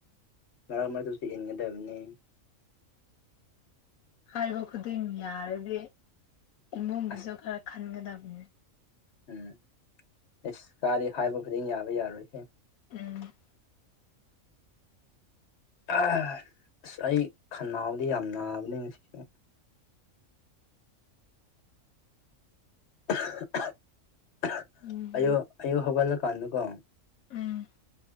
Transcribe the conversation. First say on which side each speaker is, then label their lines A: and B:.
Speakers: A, on the left; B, on the left.
A: ꯃꯔꯛ ꯃꯔꯛꯇꯁꯨ ꯏꯟꯒꯗꯕꯅꯦ
B: ꯍꯥꯏꯕ ꯈꯨꯗꯤꯡ ꯌꯥꯔꯗꯤ ꯏꯃꯨꯡꯒꯤꯁꯨ
A: ꯑꯁ
B: ꯈꯔ ꯈꯟꯒꯗꯕꯅꯤ
A: ꯎꯝ ꯏꯁ ꯀꯥꯏꯗꯩ ꯍꯥꯏꯕ ꯈꯨꯗꯤꯡ ꯌꯥꯕ ꯌꯥꯔꯣꯏꯍꯦ
B: ꯎꯝ
A: ꯑꯁ ꯑꯩ ꯈꯟꯅꯥꯎꯗꯤ ꯌꯥꯝ ꯅꯥꯕꯅꯤ ꯉꯁꯤꯁꯦ <inaudible>
B: ꯑꯝ
A: ꯑꯌꯨꯛ ꯑꯌꯨꯛ ꯍꯧꯒꯠꯂꯀꯥꯟꯗꯀꯣ
B: ꯎꯝ